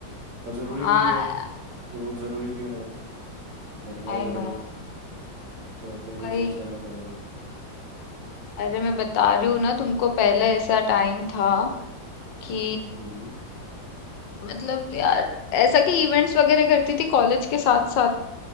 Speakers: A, on the right; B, on the left.
A: पर ज़रूरी
B: हाँ
A: भी है ग्रोथ ज़रूरी भी है लाइफ में महंगाई
B: I
A: बढ़
B: know
A: रही है तो अपने को भी
B: वही
A: चेंज करना पड़ेगा
B: अरे मैं बता रही हूँ ना तुमको पहले ऐसा टाइम था कि
A: हम्म
B: मतलब यार ऐसा कि इवेंट्स वगैरह करती थी कॉलेज के साथ साथ